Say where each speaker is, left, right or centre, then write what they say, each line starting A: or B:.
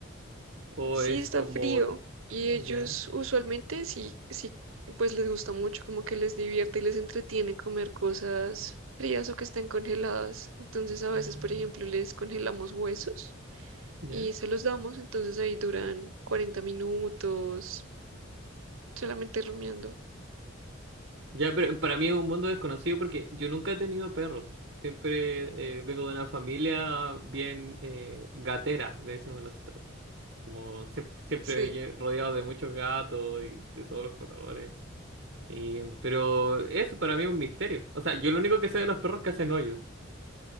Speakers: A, on the right (about 55°); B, on the right (about 80°).
A: O
B: Sí,
A: es
B: está
A: como,
B: frío y ellos
A: ¿ya?
B: usualmente sí, sí, pues les gusta mucho, como que les divierte y les entretiene comer cosas frías o que estén congeladas. Entonces a veces,
A: Ah,
B: por ejemplo, les congelamos huesos
A: ya.
B: y se los damos, entonces ahí duran 40 minutos solamente rumiando.
A: Ya, pero para mí es un mundo desconocido porque yo nunca he tenido perros. Siempre eh, vengo de una familia bien eh, gatera, le decimos nosotros. Como sie- siempre,
B: Sí.
A: lle- rodeado de muchos gatos y de todos los colores. Y, pero eso para mí es un misterio. O sea, yo lo único que sé de los perros es que hacen hoyos.